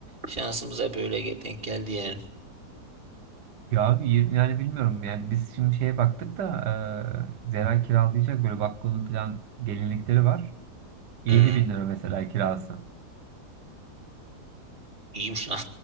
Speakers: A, on the right; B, on the right.
A: Şansımıza böyle ge- denk geldi yani.
B: Ya abi y- yani bilmiyorum yani biz şimdi şeye baktık da e, Zera kiralayacak böyle Vakko'nun falan gelinlikleri var. 7000
A: Hı.
B: bin lira mesela kirası.
A: İyiyim şu an.